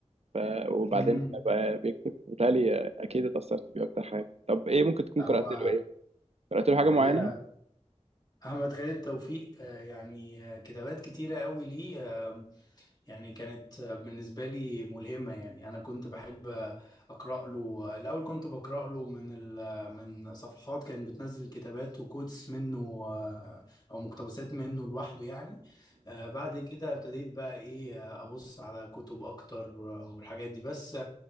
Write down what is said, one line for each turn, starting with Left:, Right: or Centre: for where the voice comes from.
Right: ف... وبعدين
Left: امم
Right: بقى بيكتب بالتالي اكيد اتأثرت بيه اكتر حاجه طب ايه ممكن تكون
Left: هو
Right: قرأت له ايه؟ قرأت له حاجه
Left: الحقيقه
Right: معينه؟
Left: احمد خالد توفيق آه يعني آه، كتابات كتيره قوي ليه آه، يعني كانت بالنسبة لي ملهمة يعني أنا كنت بحب أقرأ له الأول كنت بقرأ له من ال... من صفحات كانت بتنزل كتابات وكوتس منه آه، أو مقتبسات منه لوحده يعني آه، بعد كده ابتديت بقى إيه آه، أبص على كتب أكتر والحاجات دي بس